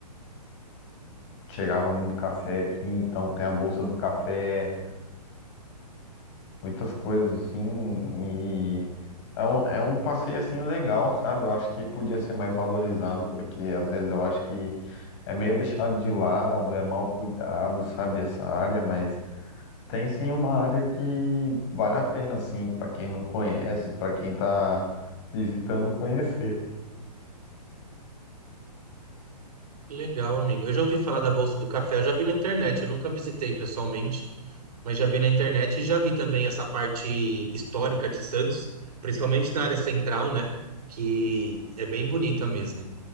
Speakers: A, on the left; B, on the right.
A: chegava muito café aqui, então tem a Bolsa do Café. muitas coisas assim e é um, é um passeio assim legal, sabe? Eu acho que podia ser mais valorizado porque às vezes eu acho que é meio deixado de lado, é mal cuidado, sabe? Essa área, mas tem sim uma área que vale a pena assim para quem não conhece, para quem tá visitando conhecer.
B: que legal, amigo. Eu já ouvi falar da Bolsa do Café, eu já vi na internet, eu nunca visitei pessoalmente, mas já vi na internet e já vi também essa parte histórica de Santos, principalmente na área central, né? Que é bem bonita mesmo.